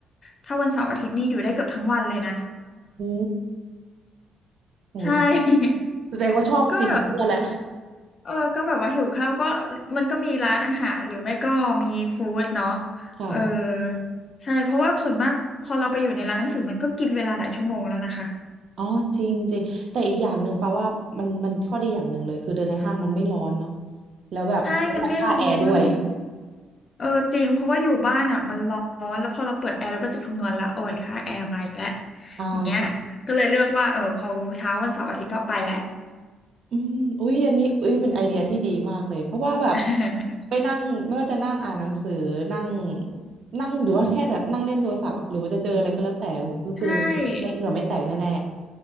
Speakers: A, on the left; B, on the right.
A: ถ้าวันเสาร์อาทิตย์นี่อยู่ได้เกือบทั้งวันเลยนะ
B: โอ้โห
A: ใช่
B: แสดงว่าชอบจริงเพื่อแหละ
A: <laughs> ก็ เออก็แบบว่าหิวข้าวก็มันก็มีร้านอาหารหรือไม่ก็มีฟู้ดเนาะ
B: ค่ะ
A: เออใช่เพราะว่าส่วนมากพอเราไปอยู่ในร้านหนังสือมันก็กินเวลาหลายชั่วโมงแล้วนะคะ
B: อ๋อจริงจริงแต่อีกอย่างหนึ่งแปลว่ามันมันข้อดีอย่างหนึ่งเลยคือเดินในห้างมันไม่ร้อนเนาะแล้วแบบประหยัดค่าแอร์ด้วย
A: ใช่มันไม่ร้อนเออจริงเพราะว่าอยู่บ้านอ่ะมันร้อนแล้วพอเราเปิดแอร์เราก็จะคำนวณละโอ้ยค่าแอร์มาอีกแล้ว
B: อ่าใช่
A: อย่างเงี้ยก็เลยเลือกว่าเออพอเช้าวันเสาร์อาทิตย์ก็ไปแหละ
B: อืมอุ้ยอันนี้อุ้ยเป็นไอเดียที่ดีมากเลยเพราะว่าแบบ
A: <laughs>
B: ไปนั่งไม่ว่าจะนั่งอ่านหนังสือนั่งนั่งหรือว่าแค่แต่นั่งเล่นโทรศัพท์หรือว่าจะเดินอะไรก็แล้วแต่โหก็คือ
A: ใช่
B: ไม่เหงื่อไม่แตกแน่